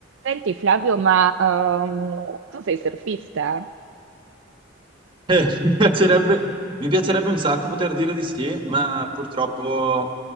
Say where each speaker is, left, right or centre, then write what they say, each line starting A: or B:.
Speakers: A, on the right; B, on the right.
A: Senti Flavio, ma ehm, tu sei surfista,
B: Eh, <laughs> mi piacerebbe, mi piacerebbe un sacco poter dire di sì, ma purtroppo